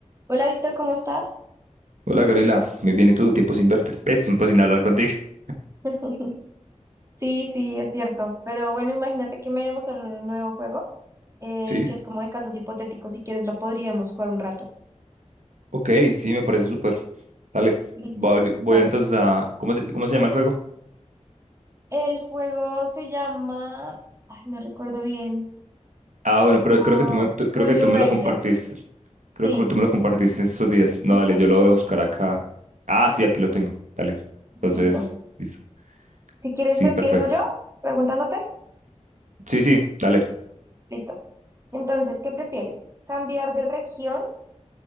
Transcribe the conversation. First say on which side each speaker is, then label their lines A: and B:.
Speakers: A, on the right (about 25°); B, on the right (about 80°).
A: Hola Víctor, ¿cómo estás?
B: Hola Gabriela, muy bien, ¿y tú? Tiempo sin verte, <laughs> eh, tiempo sin hablar contigo. <laughs>
A: <laughs> Sí, sí, es cierto. Pero bueno, imagínate que me mostraron un nuevo juego eh,
B: Sí,
A: que es como de casos hipotéticos. Si quieres, lo podríamos jugar un rato.
B: ok, sí, me parece súper. Dale,
A: Listo,
B: voy, a abrir- voy
A: dale.
B: entonces a... ¿Cómo se, cómo se llama el juego?
A: El juego se llama, ay, no recuerdo bien,
B: Ah, bueno,
A: como
B: pero creo que tú me, tú- creo
A: Would
B: que
A: You
B: tú me
A: Rather.
B: lo compartiste. Creo
A: Sí,
B: que tú me lo compartiste en esos días. No,
A: ajá,
B: dale, yo lo voy a buscar acá. Ah, sí, aquí lo tengo. Dale. Entonces,
A: listo.
B: listo.
A: Si quieres,
B: Sí,
A: empiezo
B: perfecto.
A: yo preguntándote.
B: Sí, sí, dale.
A: Listo. Entonces, ¿qué prefieres? ¿Cambiar de región,